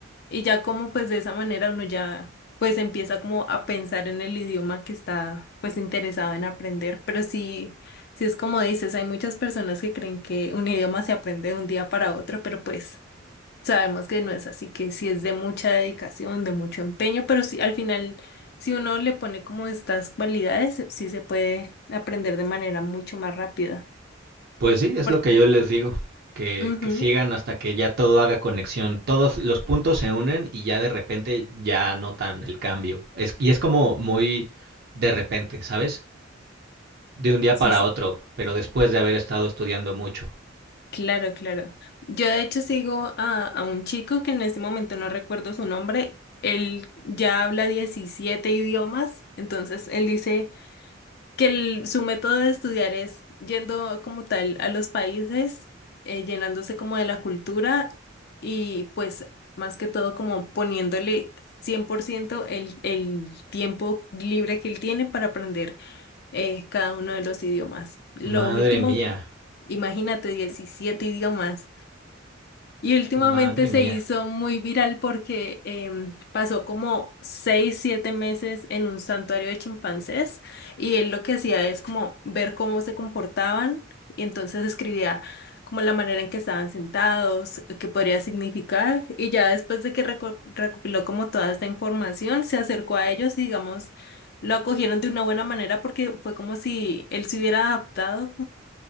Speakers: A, on the left; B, on the right.
A: Y ya como pues de esa manera uno ya pues empieza como a pensar en el idioma que está pues interesado en aprender. Pero sí, sí es como dices, hay muchas personas que creen que un idioma se aprende de un día para otro, pero pues sabemos que no es así, que sí es de mucha dedicación, de mucho empeño, pero sí al final si uno le pone como estas cualidades, sí se puede aprender de manera mucho más rápida.
B: Pues sí, es
A: Por...
B: lo que yo les digo, que,
A: Ujú,
B: que sigan hasta que ya todo haga conexión, todos los puntos se unen y ya de repente ya notan el cambio. Es, y es como muy de repente, ¿sabes? De un día
A: Sí,
B: para
A: sí.
B: otro, pero después de haber estado estudiando mucho.
A: Claro, claro. Yo de hecho sigo a, a un chico que en este momento no recuerdo su nombre. Él ya habla 17 idiomas, entonces él dice que el- su método de estudiar es yendo como tal a los países, eh, llenándose como de la cultura y pues más que todo como poniéndole 100% el, el tiempo libre que él tiene para aprender es cada uno de los idiomas. Lo
B: Madre
A: último,
B: mía,
A: imagínate 17 idiomas. Y últimamente
B: madre
A: se
B: mía.
A: hizo muy viral porque em, pasó como seis, siete meses en un santuario de chimpancés y él lo que hacía es como ver cómo se comportaban y entonces escribía como la manera en que estaban sentados, qué podría significar y ya después de que reco- recopiló como toda esta información, se acercó a ellos y digamos lo acogieron de una buena manera porque fue como si él se hubiera adaptado